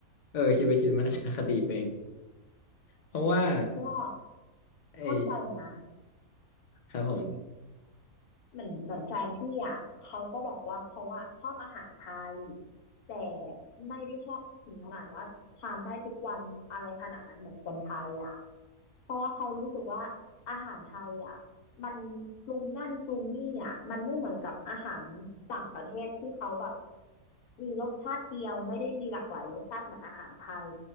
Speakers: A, on the left; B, on the left.
A: เออคิดไปคิดมาน่าจะอคติไปเองเพราะว่า
B: ก็
A: ไอ
B: เข้าใจนะ
A: ครับผม
B: เหมือนเหมือนแฟนพี่อ่ะเขาก็บอกว่าเขาอ่ะชอบอาหารไทยแต่ไม่ได้ชอบถึงขนาดว่าทานได้ทุกวันอะไรขนาดนั้นเหมือนคนไทยอ่ะเพราะว่าเขารู้สึกว่าอาหารไทยอ่ะมันปรุงนั่นปรุงนี่อ่ะมันไม่เหมือนกับอาหารต่างประเทศที่เขาแบบมีรสชาติเดียวไม่ได้มีหลากหลายรสชาติเหมือนอาหารไทย